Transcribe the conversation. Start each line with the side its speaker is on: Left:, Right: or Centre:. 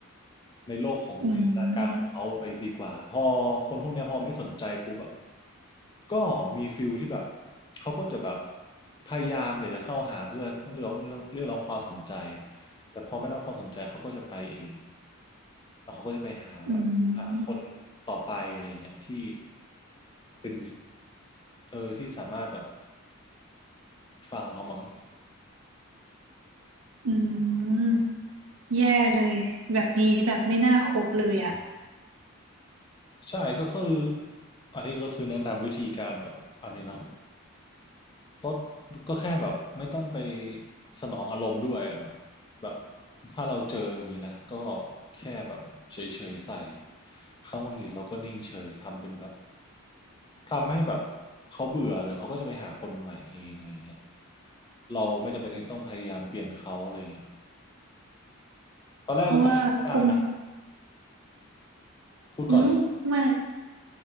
Left: ในโลกของจินตนาการของเขาไปดีกว่าพอคนพวกเนี้ยพอไม่สนใจปุ๊บอ่ะ
Right: อืม
Left: ก็มีฟิลที่แบบเขาก็จะแบบพยายามอยากจะเข้าหาเพื่อต้องเรียกร้องเรียกร้องความสนใจแต่พอไม่ได้รับความสนใจเขาก็จะไปเองแล้วเขาก็จะไปหาแบบหาคน
Right: อืม
Left: ต่อไปอะไรเงี้ยที่เป็นเออที่สามารถแบบฟังเขามั้ง
Right: อืมแย่เลยแบบนี้แบบไม่น่าคบเลยอ่ะ
Left: ใช่ก็คืออันนี้ก็คือแนะนำวิธีการแบบอันนี้เนาะ ลดก็แค่แบบไม่ต้องไปสนองอารมณ์ด้วยอะแบบถ้าเราเจออย่างนี้นะก็แค่แบบเฉยๆใส่เขาหงุดหงิดเราก็นิ่งเฉยทำเป็นแบบทำให้แบบเขาเบื่อหรือเขาก็จะไปหาคนใหม่เองอะไรอย่างเงี้ยเราไม่จำเป็นต้องพยายามเปลี่ยนเขาอะไรอย่างเงี้ยตอนแรกเราก็ทำได้นะ
Right: เพราะว่าคง
Left: พูดก่อนแล้ว
Right: อืมไม่